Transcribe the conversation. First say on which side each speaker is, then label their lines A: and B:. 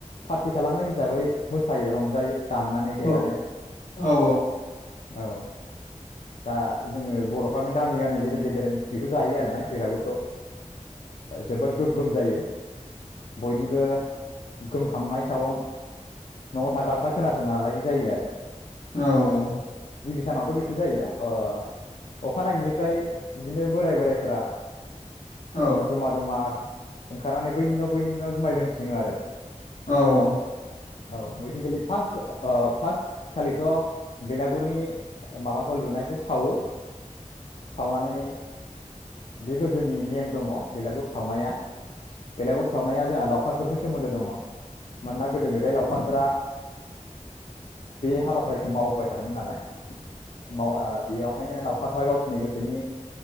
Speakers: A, on the left; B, on the left.
A: पार्टि खालामनाय हिसाबै मोसायो रंजायो दामनानै देनानै
B: औ औ
A: औ दा जोङो बरफ्रानो गामि गामि गेजेर गेजेर बेखौ जायो आरोना बेलागुरखौ जोबोद गोग्गोम जायो बयनिबो गोमखांनाय सावन न'आव थाग्राफ्रा खोनासंनो हालायै जायो आरो
B: औ औ
A: सिगांआवथ' बे फु जायो ओ अखानायनायनिफ्राय बिदिनो बोराय बोरायफोरा
B: औ
A: जमा जमा ओंखारनानै बैनि न' बैनि न' जुमाय लोंथिङो आरो
B: औ औ
A: औ ओइदिनखालि फास्ट ओ फास्ट खालिथ' बेलागुरनि माबाखौ लुनायखौ सावो सावनानै बे गोदोनि नेम दङ बेलागुर सावनाया बेलागुर सावनाया जोंहा लाव खारफोरजों सोमोन्दो दङ। मानोना गोदो गोदाय लावखारफोरा बे हाबाफारिखौ मावबोबाय थादोंमोन नालाय माव ओ बेयावहायनो लाव खारफ्रा गावसोरनि गोसोनि